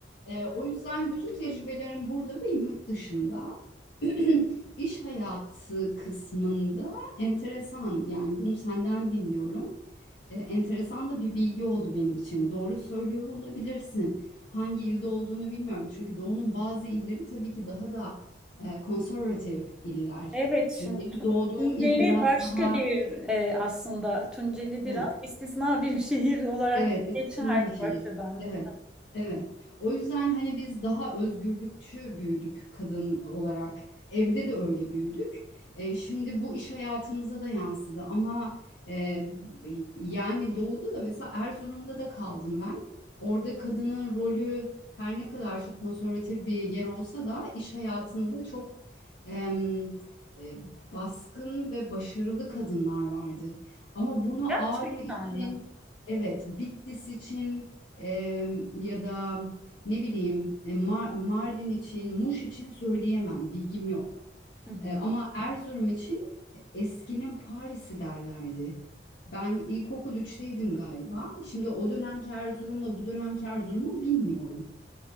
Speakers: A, on the left; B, in the centre.
A: Ee, o yüzden bütün tecrübelerim burada ve yurt dışında. <clears throat> İş hayatı kısmında enteresan yani bunu senden dinliyorum. Ee, enteresan da bir bilgi oldu benim için. Doğru söylüyor olabilirsin. Hangi ilde olduğunu bilmiyorum. Çünkü Doğu'nun bazı illeri tabii ki daha da e, konservatif iller.
B: Evet şimdi
A: Şimdi benim
B: Tu-
A: doğduğum
B: Tunceli
A: il biraz
B: başka
A: daha
B: bir e, aslında Tunceli
A: evet.
B: biraz istisna bir <laughs> şehir olarak
A: Evet, istisna
B: geçer
A: bir şey.
B: bu açıdan.
A: Evet, evet. O yüzden hani biz daha özgürlükçü büyüdük kadın olarak. Evde de öyle büyüdük. E, şimdi bu iş hayatımıza da yansıdı ama e, yani doğuda da mesela Erzurum'da da kaldım ben. Orada kadının rolü her ne kadar çok konservatif bir yer olsa da iş hayatında çok em, e, baskın ve başarılı kadınlar vardı. Ama bunu
B: Gerçekten
A: Ağrı için
B: mi?
A: Evet, Bitlis için e, ya da ne bileyim e, Ma- Mardin için, Muş için söyleyemem, bilgim yok.
B: Hı hı.
A: E, ama Erzurum için eskinin Paris'i derlerdi. Ben ilkokul üçteydim galiba. Şimdi o dönemki Erzurum'la bu dönemki Erzurum'u bilmiyorum.